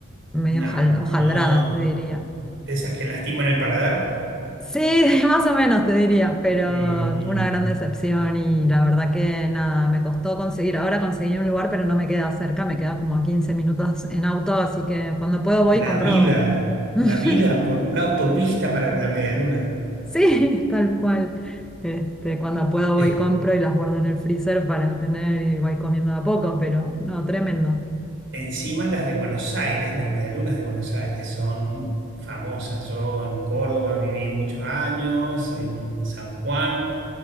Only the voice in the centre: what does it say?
medio
hojal- hojaldradas, te diría.
Sí, <laughs> más o menos te diría, pero
fue una gran decepción y la verdad que nada, me costó conseguir. Ahora conseguí un lugar, pero no me queda cerca, me queda como a 15 minutos en auto, así que cuando puedo voy
y compro.
<laughs>
Sí, <laughs> tal cual. Este, cuando puedo
voy compro y las guardo en el freezer para tener y voy comiendo de a poco, pero no, tremendo.